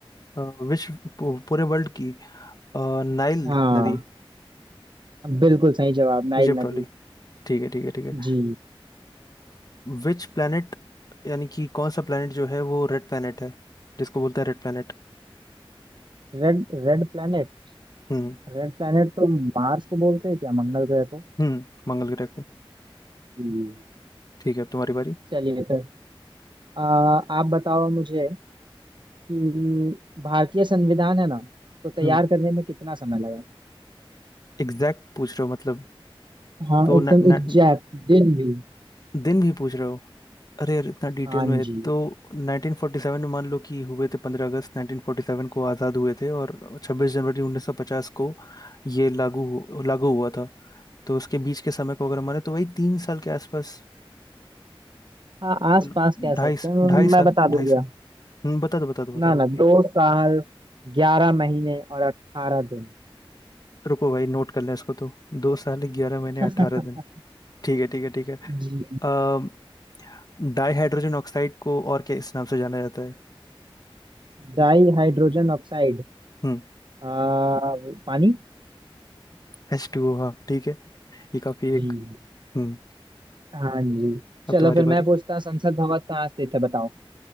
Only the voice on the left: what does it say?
अ, विश्व पू- पूरे वर्ल्ड की अ, नाइल
नदी
इजिप्ट
वाली ठीक है ठीक है ठीक है
विच प्लैनेट यानी कि कौन सा प्लैनेट जो है वो रेड प्लैनेट है जिसको बोलते हैं रेड प्लैनेट
हम्म
हम्म मंगल ग्रह को
ठीक है अब तुम्हारी बारी
हम्म
एग्जैक्ट पूछ रहे हो मतलब
तो
न, न,
दिन भी पूछ रहे हो अरे यार इतना डिटेल
में
तो 1947 में मान लो कि हुए थे 15 अगस्त 1947 को आज़ाद हुए थे और 26 जनवरी 1950 को ये लागू हु- लागू हुआ था तो उसके बीच के समय को अगर माने तो वही तीन साल के आसपास
मतलब
ढाई
ढाई साल
ढाई
साल हम्म, बता दो बता दो बता
दो
रुको भाई नोट कर लें इसको तो दो साल ग्यारह महीने
अठारह दिन ठीक है ठीक है ठीक है
अम, डाई हाइड्रोजन ऑक्साइड को और क्या इस नाम से जाना जाता है
हम्म,
एच टू ओ हाँ ठीक है ये काफी
एक हम्म
अब
तुम्हारी
बारी